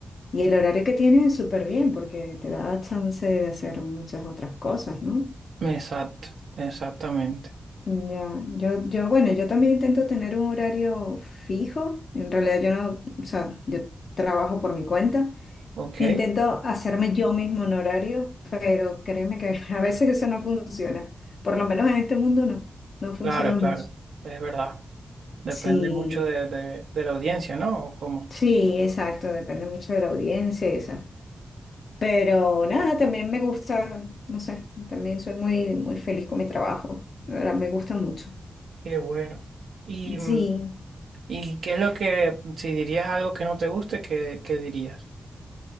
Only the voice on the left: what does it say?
Y el horario que tienes es súper bien porque te da chance de hacer muchas otras cosas, ¿no?
Ya, yo, yo, bueno, yo también intento tener un horario fijo. En realidad yo no, o sea, yo trabajo por mi cuenta.
Intento hacerme yo mismo un horario, pero créeme que <laughs> a veces eso no funciona. Por lo menos en este mundo no, no funciona
mucho.
Sí,
sí, exacto, depende mucho de la audiencia y esa. Pero nada, también me gusta, no sé, también soy muy, muy feliz con mi trabajo. La verdad, me gusta mucho.
Sí.